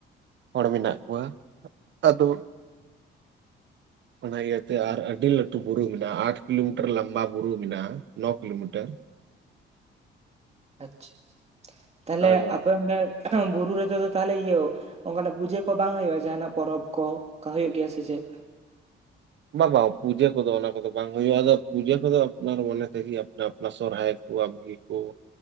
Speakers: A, on the right (about 65°); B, on the right (about 30°).
A: ᱦᱚᱲ ᱢᱮᱱᱟᱜ ᱠᱚᱣᱟ, ᱟᱫᱚ
B: <inaudible>
A: ᱚᱱᱟ ᱤᱭᱟᱹᱛᱮ ᱟᱨ ᱟᱹᱰᱤ ᱞᱟᱹᱴᱩ ᱵᱩᱨᱩ ᱢᱮᱱᱟᱜᱼᱟ ᱟᱴ ᱠᱤᱞᱳᱢᱤᱴᱟᱨ ᱞᱚᱢᱵᱟ ᱵᱩᱨᱩ ᱢᱮᱱᱟᱜᱼᱟ, ᱱᱚ ᱠᱤᱞᱳᱢᱤᱴᱟᱨ᱾
B: ᱟᱪᱪᱷᱟ, ᱛᱟᱦᱚᱞᱮ
A: ᱦᱳᱭ ᱦᱳᱭ
B: ᱟᱯᱮ ᱚᱸᱰᱮ ᱵᱩᱨᱩ ᱨᱮᱫᱚ ᱫᱚ ᱛᱟᱦᱚᱞᱮ ᱤᱭᱟᱹ ᱚᱱᱠᱟᱱᱟᱜ ᱯᱩᱡᱟᱹ ᱠᱚ ᱵᱟᱝ ᱦᱩᱭᱩᱜᱼᱟ ᱡᱟᱦᱟᱱᱟᱜ ᱯᱚᱨᱚᱵᱽ ᱠᱚ, ᱠᱟ ᱦᱩᱭᱩᱜ ᱜᱮᱭᱟ ᱥᱮ ᱪᱮᱫ?
A: ᱵᱟ ᱵᱟ ᱯᱩᱡᱟᱹ ᱠᱚᱫᱚ ᱚᱱᱟ ᱠᱚᱫᱚ ᱵᱟ ᱵᱟ ᱦᱩᱭᱩᱜᱼᱟ ᱟᱫᱚ ᱯᱩᱡᱟᱹ ᱠᱚᱫᱚ ᱟᱯᱱᱟᱨ ᱢᱚᱱᱮ ᱛᱮᱜᱮ ᱟᱯᱱᱟ ᱟᱯᱱᱟ ᱥᱚᱨᱦᱟᱭ ᱠᱚ ᱟᱵᱜᱮ ᱠᱚ